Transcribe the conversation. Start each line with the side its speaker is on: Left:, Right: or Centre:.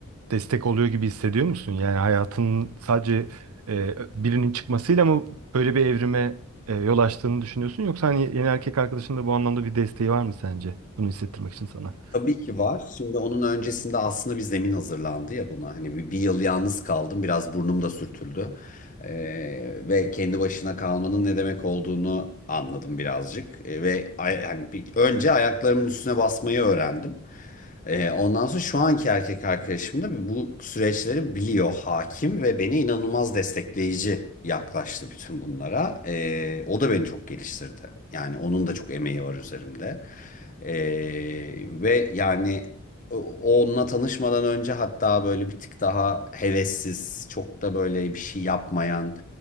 Right: destek oluyor gibi hissediyor musun? Yani hayatının sadece e, birinin çıkmasıyla mı böyle bir evrime e, yol açtığını düşünüyorsun? Yoksa hani yeni erkek arkadaşın da bu anlamda bir desteği var mı sence? Bunu hissettirmek için sana.
Left: Tabii ki var. Şimdi onun öncesinde aslında bir zemin hazırlandı ya buna. Hani bir, bir yıl yalnız kaldım. Biraz burnum da sürtüldü. Ee, ve kendi başına kalmanın ne demek olduğunu anladım birazcık. Ee, ve ay- hani bir, önce ayaklarımın üstüne basmayı öğrendim. Ee, ondan sonra şu anki erkek arkadaşım da bu süreçleri biliyor, hakim ve beni inanılmaz destekleyici yaklaştı bütün bunlara. Ee, o da beni çok geliştirdi. Yani onun da çok emeği var üzerimde. Ee, ve yani o- onunla tanışmadan önce hatta böyle bir tık daha hevessiz, çok da böyle bir şey yapmayan